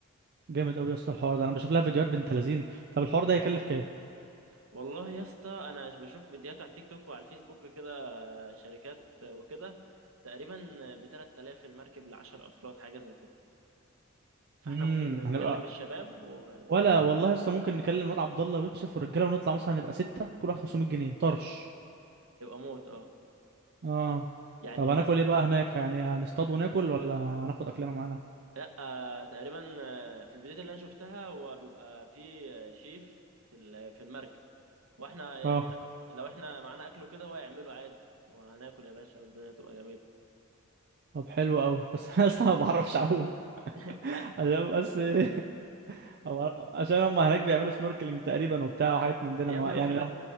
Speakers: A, on the right; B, on the right.
A: جامد قوي يا اسطى الحوار ده انا بشوف لها فيديوهات بنت لذينه طب الحوار ده هيكلف كام
B: والله يا اسطى انا بشوف فيديوهات على التيك توك وعلى الفيسبوك كده شركات وكده تقريبا ب 3000 المركب ل 10 افراد حاجة زي كده فاحنا
A: امم
B: ممكن نكلم
A: هنبقى
B: الشباب ويبقى
A: ولا والله يا اسطى ممكن نكلم الواد عبد الله ويوسف والرجاله ونطلع مثلا نبقى ستة كل واحد 500 جنيه طرش
B: موت اه
A: اه
B: يعني
A: طب هناكل
B: مثلا
A: ايه بقى هناك يعني هنصطاد وناكل ولا هناخد اكلنا معانا
B: لا آه، تقريبا آه، في الفيديوهات اللي انا شفتها هو بيبقى فيه آه، شيف في ال- في المركب واحنا يعني
A: اه
B: ناخد لو احنا معانا اكل وكده هو يعمله عادي وهناكل يا باشا والدنيا تبقى جميله
A: طب حلو قوي <laughs> بس انا اصلا ما بعرفش اعوم
B: <laughs> لا
A: عشان بس <laughs> إيه، أبقى- عشان هم هناك بيعملوا سنوركلينج تقريبا وبتاع وحاجات من دي لما
B: يا ابني
A: يعني
B: ما في لا
A: لو